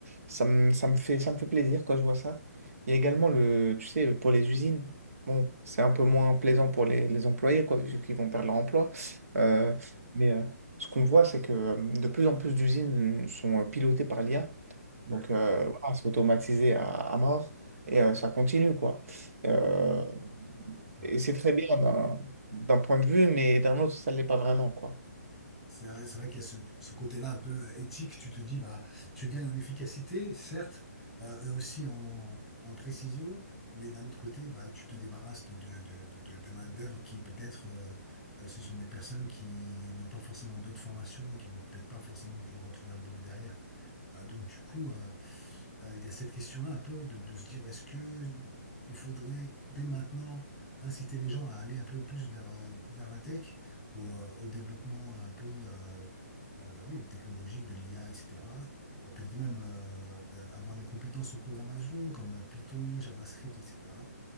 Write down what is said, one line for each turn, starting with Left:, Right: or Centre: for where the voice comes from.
Right: ça me, ça me fait, ça me fait plaisir quand je vois ça. Il y a également le, tu sais, pour les usines, bon, c'est un peu moins plaisant pour les, les employés, quoi, vu qu'ils vont perdre leur emploi. Euh, mais euh, ce qu'on voit, c'est que euh, de plus en plus d'usines sont euh, pilotées par l'IA.
Centre: Ouais.
Right: Donc, euh, voilà, c'est automatisé à, à mort et euh, ça continue, quoi. Euh,
Centre: Ouais.
Right: et c'est très bien d'un d'un point de vue, mais d'un autre, ça ne l'est pas vraiment, quoi.
Centre: C'est vrai, c'est vrai qu'il y a ce, ce côté-là un peu euh, éthique. Tu te dis, bah, tu gagnes en efficacité, certes, euh, eux aussi en, en précision, mais d'un autre côté, bah, tu te débarrasses de, de, de, de, de- de main-d'œuvre qui peut-être, euh, euh, ce sont des personnes qui n'ont pas forcément d'autres formations et qui vont peut-être pas forcément pouvoir retrouver un boulot derrière. Euh, donc, du coup, euh, euh, il y a cette question-là un peu de, de se dire est-ce que il faudrait dès maintenant inciter les gens à aller un peu plus vers, euh, vers la tech, au, euh, au développement un peu euh, euh, bah oui, technologique de l'IA, etc. Euh, peut-être même euh, euh, avoir des compétences en programmation comme euh, Python, JavaScript, etc.